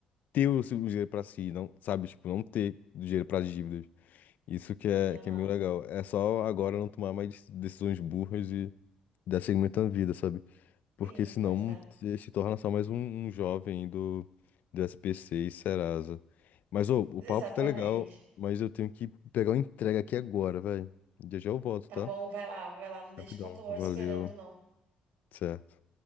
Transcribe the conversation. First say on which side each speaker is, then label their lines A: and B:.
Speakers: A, on the left; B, on the right.
A: ter o seu dinheiro pra si, não, sabe? Tipo, não ter dinheiro pra dívidas. Isso que é,
B: sim, aham.
A: que é meio legal. É só agora não tomar mais decisões burras e dar seguimento à vida, sabe? Porque
B: Sim,
A: senão
B: pois é.
A: você se torna só mais um, um jovem do, do SPC e Serasa. Mas ô, o
B: Exatamente.
A: papo tá legal, mas eu tenho que pegar uma entrega aqui agora, velho. Já já eu volto,
B: Tá
A: tá?
B: bom, vai lá, vai lá. Não deixa
A: Rapidão.
B: o motoboy
A: Valeu.
B: esperando, não.
A: Certo.